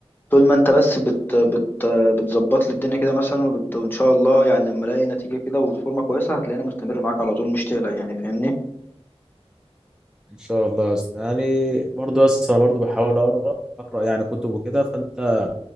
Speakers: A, on the left; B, in the centre.
A: طول ما انت بس بت بت بتظبط لي الدنيا كده مثلا وبت... وان شاء الله يعني لما الاقي نتيجه كده وفورمه كويسه هتلاقيني مستمر معاك على طول مش تقلق يعني فاهمني
B: إن شاء الله يا اسطى يعني برضه يا اسطى أنا برضه بحاول أقرأ أقرأ يعني كتب وكده فأنت